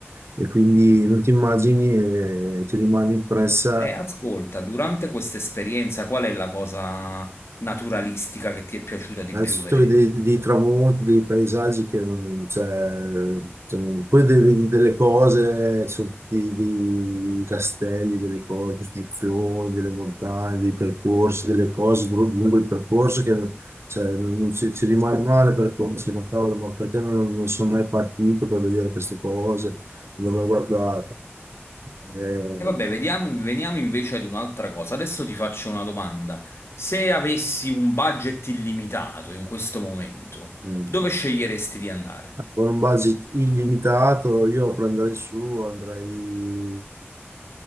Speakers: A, on the right; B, on the left.
A: e quindi non ti immagini e ti rimane impressa
B: E ascolta, durante questa esperienza, qual è la cosa naturalistica che ti è piaciuta di
A: Innanzitutto
B: più vedere?
A: vedi dei, dei tramonti, dei paesaggi che non, cioè, cioè, non- poi de- vedi delle cose, su- dei, dei castelli, delle cose, costruzioni, delle montagne, dei percorsi, delle cose dru- lungo il percorso che cioè, non non ci, ci rimane male perché uno si dice, ma cavolo, ma perché non, non sono mai partito per vedere queste cose, non l'ho guardata. Eh,
B: E vabbè, vediamo, veniamo invece ad un'altra cosa. Adesso ti faccio una domanda. Se avessi un budget illimitato in questo momento,
A: eh,
B: dove sceglieresti di andare?
A: con un budget illimitato io prenderei su, andrei